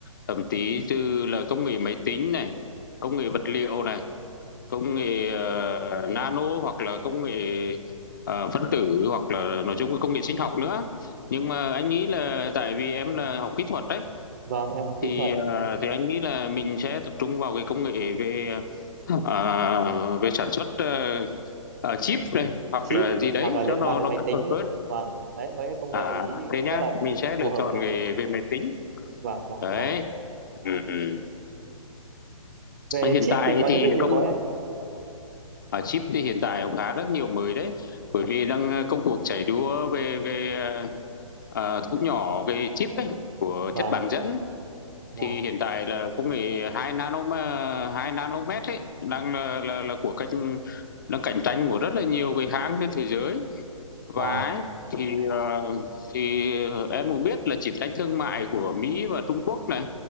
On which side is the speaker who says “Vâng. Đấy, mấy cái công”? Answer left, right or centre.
Right